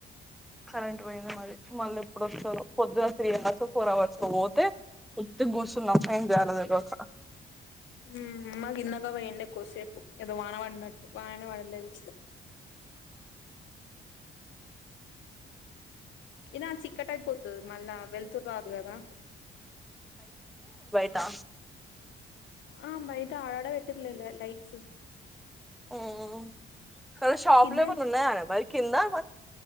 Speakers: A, in the centre; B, on the left (about 75°).
A: కరెంట్ పోయింది మరి మళ్ళీ ఎప్పుడు వస్తరో పొద్దుగా త్రీ అవర్స్ ఫోర్ అవర్స్ కు పోతే ఎందుకు కూసున్నావు టైమ్ కాలేదు ఈరోజు
B: ఉ మగ ఇన్నగా వె ఎండ కుసేపు ఏదో వాన పడినట్టు వాననే పడలేదు. ఇనా చిక్కట అయిపోతుంది మళ్ళా వెళతురు రాదు కదా
A: త్తా
B: ఆ బైట ఆడడ పెట్టిర్లే లైట్స్
A: ఉ షాపులో
B: కిందే
A: ఏమైనా ఉన్నాయ బరి కింద మ